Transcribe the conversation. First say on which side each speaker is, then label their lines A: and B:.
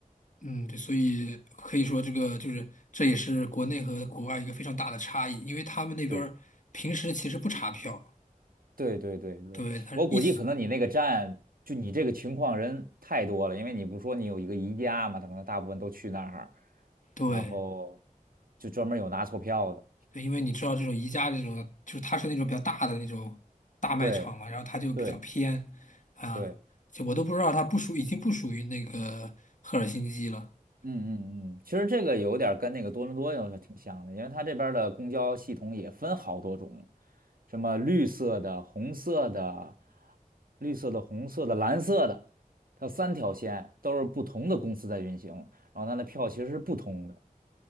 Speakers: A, on the left; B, on the right.
A: 嗯，对，所以可以说这个就是这也是国内和国外一个非常大的差异，因为他们那边儿平时其实不查票，
B: 对。对对对对，
A: 对，他是一直
B: 我估计可能你那个站，就你这个情况人太多了，因为你不说你有一个宜家嘛，他可能大部分都去那儿，
A: 对。
B: 然后就专门有拿错票的。
A: 对，因为你知道这种宜家这种，就是它是那种比较大的那种大卖场嘛，
B: 对
A: 然后它就比较偏啊，
B: 对对，
A: 就我都不知道它不属，已经不属于那个赫尔辛基了。
B: 嗯嗯嗯，其实这个有点儿跟那个多伦多要是挺像的，因为它这边儿的公交系统也分好多种，什么绿色的、红色的、绿色的、红色的、蓝色的，它有三条线，都是不同的公司在运行，然后它的票其实是不同的。